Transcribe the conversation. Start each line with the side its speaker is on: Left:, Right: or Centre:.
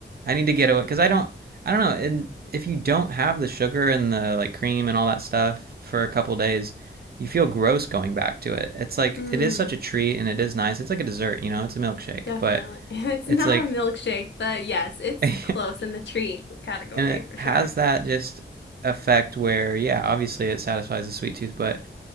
Right: I need to get away because I don't I don't know, and if you don't have the sugar and the like cream and all that stuff for a couple days, you feel gross going back to it. It's like
Left: Mm.
Right: it is such a treat and it is nice. It's like a dessert, you know, it's a milkshake,
Left: Definitely.
Right: but
Left: <laughs> It's
Right: it's
Left: not
Right: like
Left: a milkshake, but yes,
Right: <laughs>
Left: it's
Right: and
Left: close in the treat category
Right: it
Left: for
Right: has
Left: sure.
Right: that just effect where yeah, obviously it satisfies the sweet tooth, but